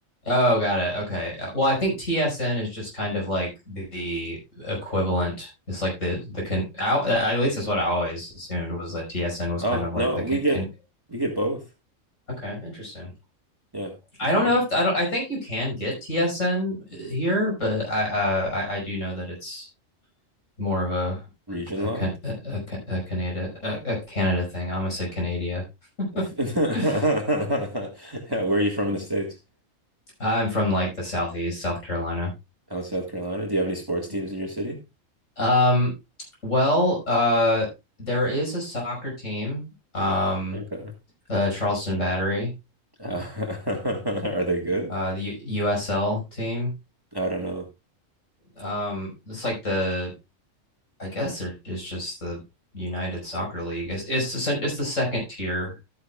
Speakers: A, on the left; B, on the right.
A: Oh, got it. Okay. Uh, Well, I think TSN is just kind of like the equivalent. It's like the the can. At least that's what I always assumed was that TSN was
B: Oh,
A: kind of
B: no,
A: like the can.
B: we get
A: can
B: we get both.
A: okay, interesting.
B: Yeah, that's
A: I don't
B: weird.
A: know if I don't. I think you can get TSN here, but I uh, I, I do know that it's more of a
B: Region
A: a,
B: locked.
A: a, a, a Canada a, a Canada thing. I almost said Canada.
B: If, <laughs>
A: <laughs>
B: Yeah, where are you from in the States?
A: I'm from like the southeast, South Carolina.
B: Oh, South Carolina. Do you have any sports teams
A: Yeah.
B: in your city?
A: Um, well, uh, there is a soccer team, um,
B: Okay.
A: uh, Charleston Battery,
B: Uh, <laughs> are they good?
A: uh, the U- USL team.
B: I don't know.
A: Um, it's like the, I guess they're- it's just the United Soccer League. It's it's the, sen- it's the second tier